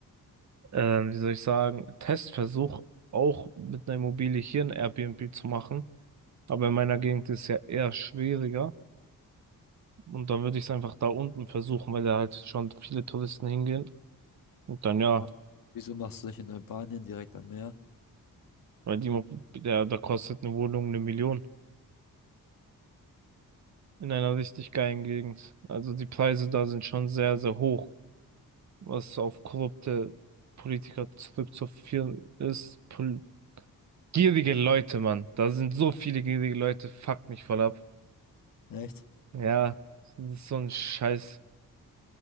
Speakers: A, on the right (about 50°); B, on the left (about 65°).
A: äh, wie soll ich sagen, Testversuch auch mit einer Immobilie hier ein Airbnb zu machen. Aber in meiner Gegend ist es ja eher schwieriger. Und dann würde ich es einfach da unten versuchen, weil da halt schon viele Touristen hingehen. Und dann ja,
B: Ah, Wieso machst du dich in Albanien direkt am Meer?
A: weil die, Immo- der, da kostet eine Wohnung eine Million. in einer richtig geilen Gegend. Also die Preise da sind schon sehr, sehr hoch, was auf korrupte Politiker zurückzuführen ist. Pol gierige Leute, Mann. Da sind so viele gierige Leute, fuck mich voll ab.
B: Echt?
A: Ja, das ist so ein Scheiß.